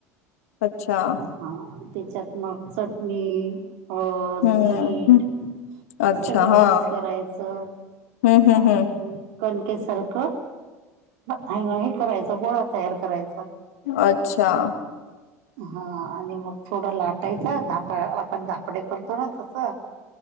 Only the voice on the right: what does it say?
हा त्याच्यात मग चटणी ह
मीठ
सगळं
मिक्स करायचं
आणि
कणकेसारखं हे करायचं गोळा तयार करायचा
हा आणि मग थोडं लाटायचं धाप आपण धापडे करतो ना तसं